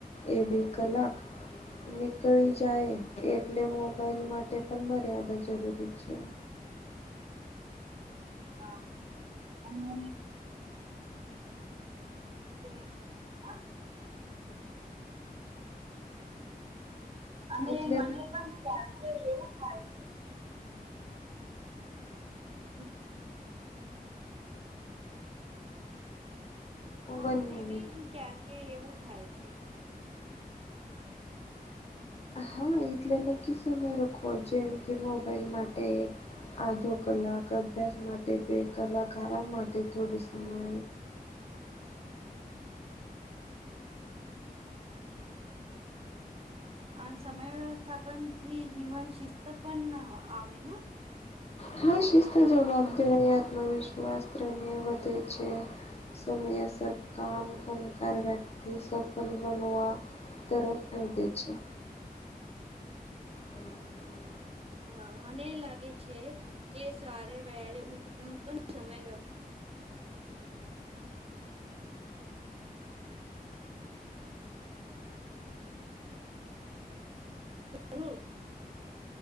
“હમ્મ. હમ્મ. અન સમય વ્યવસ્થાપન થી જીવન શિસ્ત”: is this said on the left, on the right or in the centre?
Right